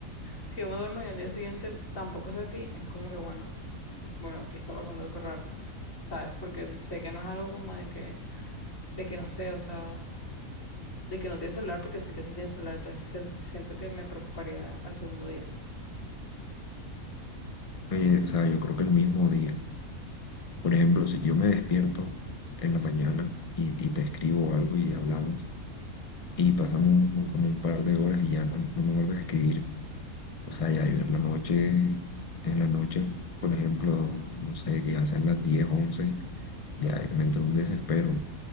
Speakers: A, on the left; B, on the left.
A: si yo me duermo y al día siguiente tampoco sé a ti, es como que bueno, bueno, aquí está pasando algo raro, ¿sabes? Porque sé que no es algo como de que, de que no sé, o sea, de que no tiene celular, porque sé que sí tiene celular, entonces sien- siento que me preocuparía al segundo día.
B: Oye, o sea, yo creo que el mismo día, por ejemplo, si yo me despierto en la mañana y, y te escribo algo y hablamos y pasan un- como un par de horas y ya no, no me vuelves a escribir. O sea, ya yo en la noche, en la noche, por ejemplo, no sé, que ya sean las 10 11 ya me entró un desespero.